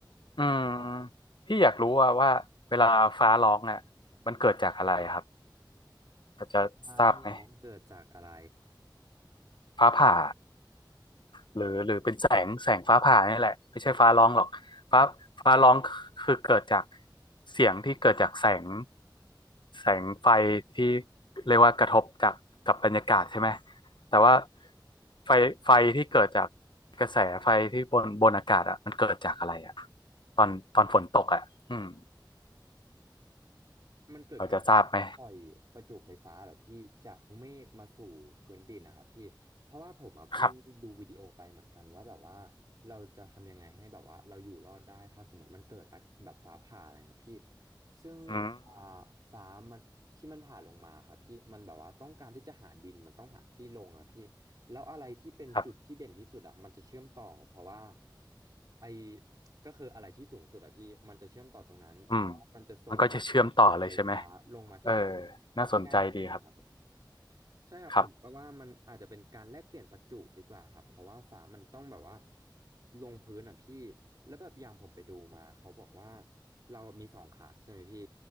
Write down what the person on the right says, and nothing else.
อ้าเหรอเกิดจากอะไร
มันเกิดการ
ปล่อยประจุไฟฟ้าเหรอพี่จากเมฆมาสู่พื้นดินนะครับพี่เพราะว่าผมอะเพิ่งดูวิดีโอไปเหมือนกันว่าแบบว่า
เราจะทำยังไงให้แบบว่าเราอยู่รอดได้ถ้าสมมติมันเกิดแบบฟ้าผ่าอะไรนะพี่ซึ่งอ่า
ฟ้ามันที่มันผ่าลงมาครับพี่มันแบบว่าต้องการที่จะหาดินมันต้องหาที่ลงอะพี่แล้วอะไรที่เป็นจุดที่เด่นที่สุดอะมันจะเชื่อมต่อเพราะว่า
ไอ ก็คืออะไรที่สูงสุดอะพี่มันจะเชื่อมต่อตรงนั้นเพราะมันจะส่งกระแสไฟฟ้าลงมาที่พื้น
ง่ายขึ้นนะครับผมใช่ครับผมก็ว่ามันอาจจะเป็นการแลกเปลี่ยนประจุดีกว่าครับเพราะว่าฝามันต้องแบบว่า
ลงพื้นอ่ะพี่แล้วแบบอย่างผมไปดูมาเขาบอกว่าเรามีสองขาใช่ไหมพี่